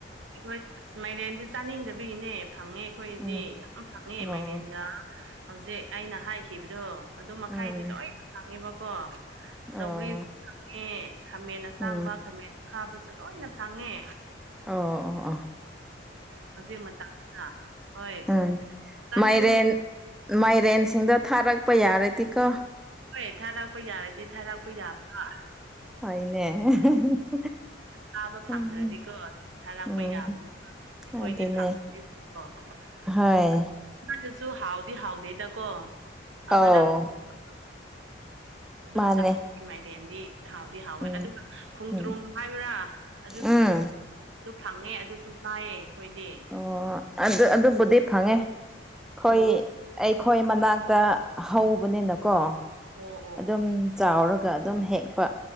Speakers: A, on the right; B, in the centre.
A: ꯑꯩꯈꯣꯏ ꯑꯁ ꯃꯥꯏꯔꯦꯟꯗꯤ ꯆꯥꯅꯤꯡꯗꯕꯤꯒꯤꯅꯦ ꯐꯪꯉꯦ ꯑꯩꯈꯣꯏꯗꯤ
B: ꯎꯝ
A: ꯌꯥꯝ ꯐꯪꯉꯦ
B: ꯑꯣ
A: ꯃꯥꯏꯔꯦꯟꯒ ꯍꯧꯖꯤꯛ ꯑꯩꯅ ꯍꯥꯏꯈꯤꯕꯗꯣ ꯑꯗꯨ ꯃꯈꯥꯏꯗꯤ
B: ꯎꯝ
A: ꯂꯣꯏꯅ ꯈꯥꯡꯉꯤꯕꯀꯣ
B: ꯑꯣ
A: ꯆꯧꯒ꯭ꯔꯤꯁꯨ ꯐꯪꯉꯦ ꯈꯥꯃꯦꯟ ꯑꯁꯥꯡꯕ
B: ꯎꯝ
A: ꯈꯥꯃꯦꯟ ꯈꯥꯕꯁꯨ ꯂꯣꯏꯅ ꯐꯥꯡꯉꯦ
B: ꯑꯣ ꯑꯣ ꯑꯥ
A: ꯍꯧꯖꯤꯛ ꯃꯇꯝꯗ ꯍꯣꯏ
B: ꯎꯝ
A: ꯆꯥꯅꯤꯡ
B: ꯃꯥꯏꯔꯦꯟ ꯃꯥꯏꯔꯦꯟꯁꯤꯡꯗꯣ ꯊꯥꯔꯛꯄ ꯌꯥꯔꯗꯤꯀꯣ
A: ꯍꯣꯏ ꯊꯥꯔꯥꯛꯄ ꯌꯥꯔꯗꯤ ꯊꯥꯔꯥꯛꯄ ꯌꯥꯕ꯭ꯔꯥ
B: ꯍꯣꯏꯅꯦ <inaudible>
A: ꯆꯥꯕ
B: ꯎꯝ
A: ꯐꯪꯗ꯭ꯔꯗꯤꯀꯣ ꯑꯗꯨꯝ ꯊꯥꯔꯛꯄ
B: ꯎꯝ
A: ꯌꯥꯕꯅꯤ ꯑꯩꯈꯣꯏꯗꯤ
B: ꯑꯗꯨꯅꯦ
A: ꯐꯪ ꯑꯣ
B: ꯍꯣꯏ
A: ꯑꯁꯅꯁꯨ ꯍꯥꯎꯗꯤ ꯍꯥꯎꯗꯦꯗꯀꯣ ꯑꯃꯔꯥ
B: ꯑꯧ
A: ꯀꯨꯝꯕ ꯑꯗꯨꯝ
B: ꯃꯥꯅꯦ
A: ꯆꯥ ꯃꯥꯏꯔꯦꯟꯗꯤ ꯍꯥꯎꯗꯤ ꯍꯥꯎꯋꯦ
B: ꯎꯝ
A: ꯑꯗꯨꯒ ꯈꯣꯡꯗ꯭ꯔꯨꯝ
B: ꯎꯝ
A: ꯍꯥꯏꯕ꯭ꯔꯥ ꯑꯗꯨꯁꯨ
B: ꯎꯝ
A: ꯑꯗꯨ ꯐꯪꯉꯦ ꯑꯗꯨꯁꯨ ꯆꯥꯏꯌꯦ ꯑꯩꯈꯣꯏꯗꯤ
B: ꯑꯣ ꯑꯗꯨ ꯑꯗꯨꯕꯨꯗꯤ ꯐꯪꯉꯦ ꯑꯩꯈꯣꯏ
A: ꯑꯣ
B: ꯑꯩꯈꯣꯏ ꯃꯅꯥꯛꯇ ꯍꯧꯕꯅꯤꯅꯀꯣ
A: ꯑꯣ ꯑꯣ
B: ꯑꯗꯨꯝ
A: ꯑꯣ
B: ꯆꯥꯎꯔꯒ ꯑꯗꯨꯝ ꯍꯦꯛꯄ